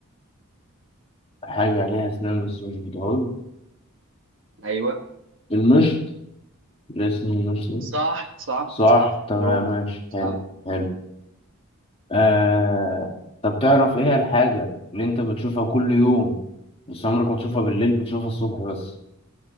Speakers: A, on the left; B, on the right.
A: حاجة ليها اسنان بس مش بتعض
B: ايوه
A: المشط الاسم المشط
B: صح صح
A: صح
B: صح
A: تمام
B: برافو
A: ماشي
B: صح
A: حلو حلو آه... طب تعرف ايه هي الحاجة اللي انت بتشوفها كل يوم بس عمرك ما تشوفها بالليل بتشوفها الصبح بس